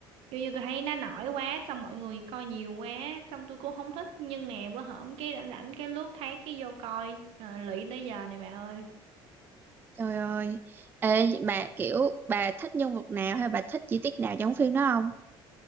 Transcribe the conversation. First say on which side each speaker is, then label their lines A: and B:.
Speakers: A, on the right; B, on the right.
A: kiểu như tôi thấy nó nổi quá xong mọi người coi nhiều quá xong tôi cũng không thích nhưng mà bữa hổm cái rảnh rảnh cái lướt thấy cái vô coi Ờ, lụy tới giờ này bà ơi
B: Trời ơi Ê bà kiểu bà thích nhân vật nào hay bà thích chi tiết nào trong phim đó không?